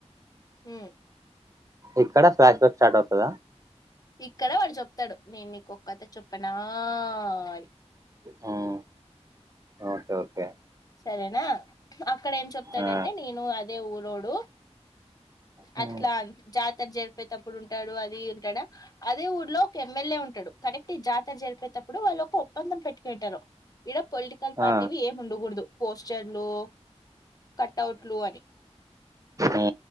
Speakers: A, on the left; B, on the right.
A: ఉ
B: ఇక్కడ ఫ్లాష్ బ్యాక్ స్టార్ట్ అవుతదా
A: ఇక్కడ వాడు చెప్తాడు నేను నీకు ఒక్క కథ చెప్పనా అని
B: హ్మ్. ఓకే. ఓకే.
A: సరేనా అక్కడ ఏం చెప్తాడంటే
B: ఆ!
A: నేను అదే ఊరోడు
B: హ్మ్.
A: అట్లా జాతర జరిపెటప్పుడు ఉంటాడు అది ఉంటాడా అదే ఊళ్లో ఒక ఎమ్మెల్యే ఉంటడు కరెక్ట్ ఈ జాతర జరిపేటప్పుడు వాళ్ళు ఒక ఒప్పందం పెట్టుకుని ఉంటరు ఇడా పొలిటికల్ పార్టీవి
B: ఆ!
A: ఏమి ఉండగూడదు పోస్టర్లు కటౌట్లు అని
B: ఉ